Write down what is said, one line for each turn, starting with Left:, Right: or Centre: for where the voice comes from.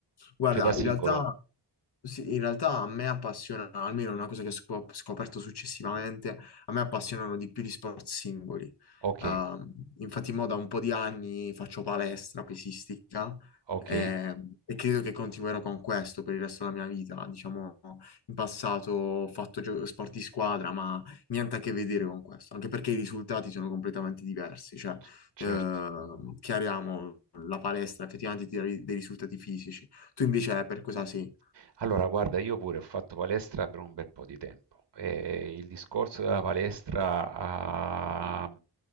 Left: Guarda,
Right: Cioè da singolo?
Left: in realtà Sì, in realtà a me appassiona, almeno è una cosa che ho scop- scoperto successivamente, a me appassionano di più gli sport singoli.
Right: Ok,
Left: Ehm, infatti, mo da un po' di anni faccio palestra pesistica
Right: ok,
Left: eh, e credo che continuerò con questo per il resto della mia vita. Diciamo, in passato ho fatto gio- sport di squadra, ma niente a che vedere con questo, anche perché i risultati sono completamente diversi. Cioè,
Right: C- certo.
Left: ehm, chiariamo, la palestra effettivamente ti dà ri- dei risultati fisici. Tu invece per cosa sei?
Right: Allora, guarda, io pure ho fatto palestra per un bel po' di tempo e il discorso della palestra ah,